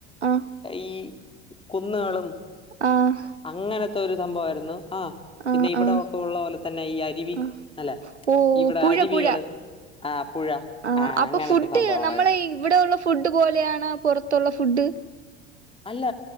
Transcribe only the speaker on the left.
ഈ കുന്നുകളും
അങ്ങനത്തെ ഒരു സംഭവമായിരുന്നു ആഹ്
പിന്നെ ഇവിടെ
ഒക്കെ ഉള്ള പോലെ തന്നെ ഈ അരുവി
അല്ല
ഇവിടെ
അരുവികള്
ആ പുഴ
ആ
അങ്ങനത്തെ
സംഭവങ്ങളൊക്കെ
അല്ല